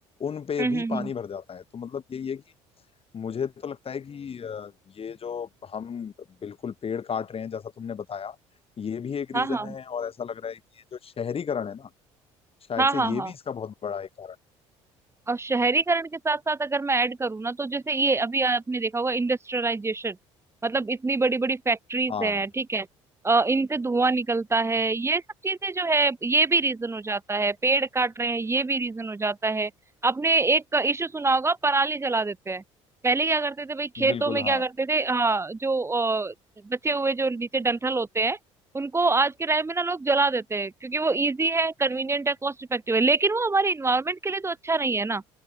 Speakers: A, on the left; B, on the right.
A: उन पे
B: हम्म
A: भी
B: हम्म
A: पानी
B: हम्म,
A: भर जाता है तो मतलब यही है कि मुझे तो लगता है कि अ, ये जो हम बिल्कुल पेड़ काट रहे हैं जैसा तुमने बताया ये भी एक रीजन
B: हाँ हाँ
A: है और ऐसा लग रहा है कि ये जो शहरीकरण है ना शायद
B: हाँ
A: से
B: हाँ
A: ये
B: हाँ हाँ।
A: भी इसका बहुत बड़ा एक कारण है
B: और शहरीकरण के साथ साथ अगर मैं ऐड करूँ ना तो जैसे ये अभी आपने देखा होगा इंडस्ट्रियलाइजेशन मतलब इतनी बड़ी बड़ी फैक्ट्रीज
A: हाँ
B: हैं ठीक है अ, इनसे धुआं निकलता है ये सब चीजें जो है ये भी रीजन हो जाता है पेड़ काट रहे हैं ये भी रीजन हो जाता है आपने एक इशू सुना होगा पराली जला देते हैं पहले क्या करते थे भाई खेतों
A: बिल्कुल
B: में
A: हाँ
B: क्या करते थे हाँ जो अ, बचे हुए जो नीचे डंठल होते हैं उनको आज के टाइम में ना लोग जला देते हैं क्योंकि वो इजी है कन्वीनियंट है कॉस्ट इफेक्टिव है लेकिन वो हमारे इन्वायरमेंट के लिए तो अच्छा नहीं है ना